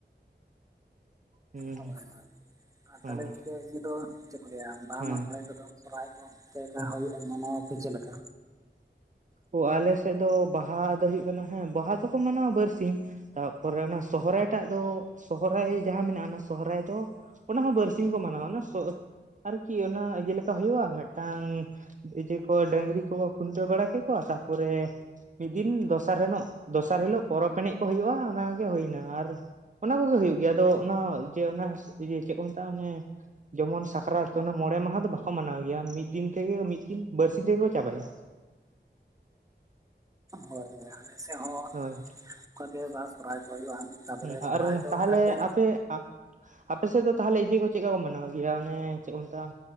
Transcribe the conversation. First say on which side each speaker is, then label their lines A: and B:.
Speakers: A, on the right; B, on the right.
A: ᱦᱩᱸ᱾
B: ᱦᱳᱭ ᱦᱳᱭ ᱟᱨ
A: ᱦᱮᱸ
B: ᱛᱟᱦᱚᱞᱮ ᱜᱚᱝᱠᱮ ᱤᱭᱟᱹ ᱫᱚ ᱪᱮᱫ ᱠᱚ ᱞᱟᱹᱭᱟ ᱵᱟᱦᱟ
A: ᱦᱮᱸ
B: ᱢᱟᱜ-ᱢᱚᱬᱮ ᱠᱚᱫᱚ ᱥᱚᱦᱨᱟᱭ ᱠᱚ ᱪᱮᱫᱠᱟ ᱦᱩᱭᱩᱜᱼᱟ ᱢᱟᱱᱟᱣᱟᱯᱮ ᱪᱮᱫ ᱞᱮᱠᱟ?
A: ᱚ ᱟᱞᱮᱥᱮᱫ ᱫᱚ ᱵᱟᱦᱟ ᱫᱚ ᱦᱩᱭᱩᱜ ᱠᱟᱱᱟ ᱦᱮᱸ ᱵᱟᱦᱟ ᱫᱚᱠᱚ ᱢᱟᱱᱟᱣᱟ ᱵᱟᱨᱥᱤᱧ ᱾ ᱛᱟᱯᱚᱨᱮ ᱚᱱᱟ ᱥᱚᱦᱚᱨᱟᱭ ᱴᱟᱜ ᱫᱚ ᱥᱚᱦᱚᱨᱟᱭ ᱡᱟᱦᱟᱸ ᱢᱮᱱᱟᱜᱼᱟ ᱚᱱᱟ ᱥᱚᱦᱨᱟᱭ ᱫᱚ ᱚᱱᱟ ᱦᱚᱸ ᱵᱟᱨᱥᱤᱧ ᱠᱚ ᱢᱟᱱᱟᱣᱟ ᱚᱱᱟ ᱥᱚᱦ ᱟᱨᱠᱤ ᱚᱱᱟ ᱤᱭᱟᱹ ᱞᱮᱠᱟ ᱦᱩᱭᱩᱜᱼᱟ ᱢᱤᱫᱴᱟᱝ ᱤᱭᱟᱹ ᱠᱚ ᱰᱟᱹᱝᱨᱤ ᱠᱚᱠᱚ ᱠᱷᱩᱱᱴᱟᱹᱣ ᱵᱟᱲᱟ ᱠᱮᱫ ᱠᱚᱣᱟ ᱛᱟᱯᱚᱨᱮ ᱢᱤᱫ ᱫᱤᱱ ᱫᱚᱥᱟᱨ ᱦᱤᱞᱳᱜ ᱫᱚᱥᱟᱨ ᱦᱤᱞᱳᱜ ᱯᱚᱨᱚᱵᱽ ᱮᱱᱮᱡ ᱠᱚ ᱦᱩᱭᱩᱜ-ᱟ ᱚᱱᱟᱜᱮ ᱦᱩᱭᱱᱟ ᱟᱨ ᱚᱱᱟ ᱠᱚᱜᱮ ᱦᱩᱭᱩᱜ ᱜᱮᱭᱟ ᱟᱫᱚ ᱚᱱᱟ ᱡᱮ ᱚᱱᱟ ᱤᱭᱟᱹ ᱪᱮᱫ ᱠᱚ ᱢᱮᱛᱟᱜᱼᱟ ᱚᱱᱮ ᱡᱮᱢᱚᱱ ᱥᱟᱠᱨᱟᱛ ᱚᱱᱟ ᱢᱚᱬᱮ ᱢᱟᱦᱟ ᱫᱚ ᱵᱟᱠᱚ ᱢᱟᱱᱟᱣ ᱜᱮᱭᱟ ᱢᱤᱫ ᱫᱤᱱ ᱛᱮᱜᱮ ᱢᱤᱫ ᱫᱤᱱ ᱵᱟᱨᱥᱤᱧ ᱛᱮᱜᱮ ᱠᱚ ᱪᱟᱵᱟᱭᱟ ᱾
B: ᱦᱳᱭ ᱦᱳᱭ ᱟᱞᱮ ᱥᱮᱫ ᱦᱚᱸ
A: ᱦᱳᱭ
B: ᱚᱱᱠᱟᱜᱮ ᱵᱟᱦᱟ ᱥᱚᱦᱨᱟᱭ ᱠᱚ ᱦᱩᱭᱩᱜᱼᱟ ᱛᱟᱯᱚᱨᱮ
A: ᱦᱩᱸ
B: ᱥᱚᱨᱦᱟᱭ
A: ᱟᱨ
B: ᱫᱚ
A: ᱛᱟᱦᱚᱞᱮ
B: ᱚᱱᱠᱟ ᱠᱚ
A: ᱟᱯᱮ ᱟᱯᱮ ᱥᱮᱫ ᱫᱚ ᱛᱟᱦᱚᱞᱮ ᱤᱭᱟᱹ ᱠᱚ ᱪᱮᱫ ᱞᱮᱠᱟ ᱠᱚ ᱢᱟᱱᱟᱣ ᱜᱮᱭᱟ ᱚᱱᱮ ᱪᱮᱫ ᱠᱚ ᱢᱮᱛᱟᱜ-ᱟ